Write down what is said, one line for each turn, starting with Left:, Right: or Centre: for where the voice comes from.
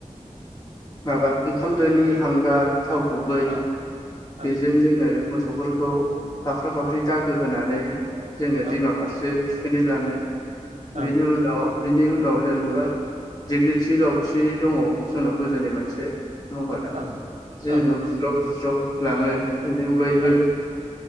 Left: माबा ओंखामदोनि हांगार थाव गुबै
Right: ओं ओं
Left: बेजों जोङो मोसौफोरखौ फाख्रा फाख्रि दागो होनानै जोङो
Right: औ ओं
Left: दैमा फारसे थुखैनो लाङो बेनि
Right: औ
Left: उनाव बिनि उनाव जेनेबा दिग्लिथि लावथि दङ जोंनाव गोदोनि मोनसे नङा होमबा
Right: ओं
Left: आदा बिदि जोङो
Right: ओं
Left: बुज्राव बुज्राव लाङो बिनि अनगायैबो
Right: ओं